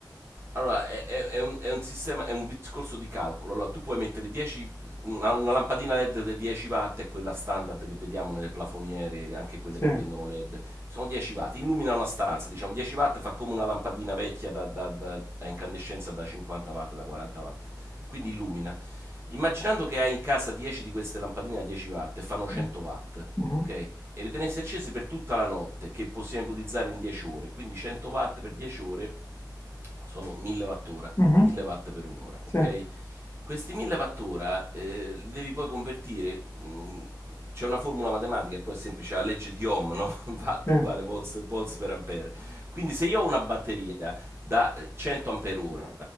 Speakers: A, on the right; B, on the left.
A: Allora, è, è- è un, è un sistema, è un discorso di calcolo. Allora, tu puoi mettere 10, una, una lampadina LED da 10 watt, è quella standard che vediamo nelle plafoniere, anche quelle
B: Sì,
A: che vendono LED. Sono 10 watt, illumina una stanza, diciamo 10 watt fa come una lampadina vecchia da, da- da- a incandescenza da 50 watt, da 40 watt. Quindi illumina. Immaginando che hai in casa 10 di queste lampadine da 10 watt e fanno 100
B: sì.
A: watt,
B: Mhm,
A: ok? E le tenessi accese per tutta la notte, che possiamo ipotizzare in 10 ore. Quindi 100 watt per 10 ore sono 1000 wattora,
B: mhm,
A: 1000 watt per un'ora, ok?
B: Sì,
A: Questi 1000 wattora eh, li devi poi convertire, mh, c'è una formula matematica e poi è semplice, la legge di Ohm, no? <laughs> Watt
B: sì,
A: uguale volts, volts per ampere. Quindi se io ho una batteria da eh, 100 ampere ora,